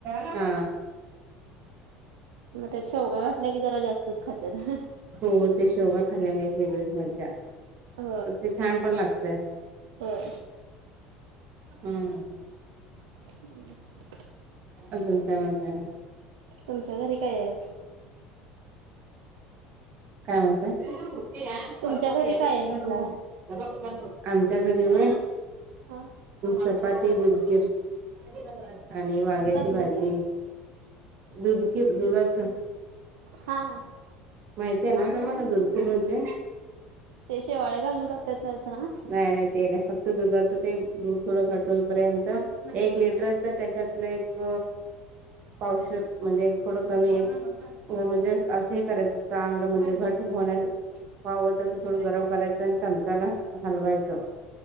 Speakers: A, on the right; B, on the right.
A: हा
B: मग त्यात शेवगा घातल्या की जरा जास्तच खात्यात.
A: हो ते शेवगा खालेल्ला एक वेगळीच मज्जा.
B: हो
A: ते छान पण लागतय
B: होय
A: हम
B: हम्म <inaudible>
A: अजंत काय म्हनता.
B: तुमच्या घरी काय आहेत
A: काय म्हनता? तेर म
B: तुमच्या घरी
A: या
B: काय आहे म्हटलं
A: म
B: आज?
A: <inaudible> आमच्या घरी होय,
B: हा
A: चपाती <unintelligible> आणि वांग्याची
B: कसली
A: भाजी
B: ती?
A: दुध क दुधात,
B: हा हा
A: माहिती आहे ना तुम्हाला दुधखीर म्हणजे,
B: ते शेवाळे घालून करताात त्याच ना,
A: नाही नाही ते नाही फक्त दुधाचं ते दूध थोडं घट होईपर्यंत एक लिटरच त्याच्यातलं एक पावशेर म्हणजे थोडं कमी एक म्हणजे असं हे करायच चांगलं म्हणजे घट उ होण्या पाव तसं थोडं गरम करायचं आणि चमचाना हलवायचं.